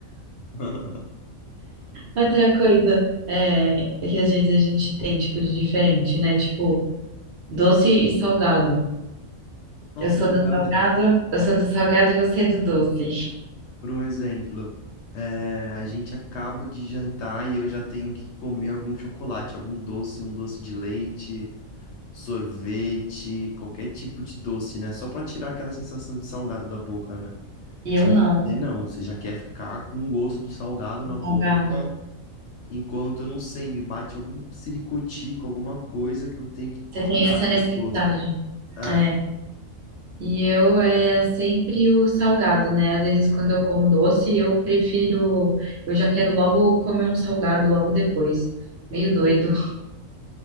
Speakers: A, on the left (about 65°); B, on the right (about 60°).
A: <laughs>
B: Outra coisa é, é que às vezes a gente tem, tipo, de diferente, né? Tipo, doce e salgado.
A: Nossa,
B: Eu sou
A: é verdade.
B: do salgado, eu sou do salgado e você é do doce.
A: Por um exemplo, é, a gente acaba de jantar e eu já tenho que comer algum chocolate, algum doce, um doce de leite, sorvete, qualquer tipo de doce, né? Só pra tirar aquela sensação de salgado da boca, né?
B: E
A: Já
B: eu não,
A: você não, você já quer ficar com o gosto do salgado na boca,
B: salgado.
A: enquanto, não sei, me bate algum siricutico, alguma coisa que eu tenho que
B: Você tem
A: tirar
B: essa
A: aquele
B: necessidade.
A: gosto. É,
B: É. E eu é sempre o salgado, né? Às vezes quando eu como doce, eu prefiro, eu já quero logo comer um salgado logo depois. Meio doido.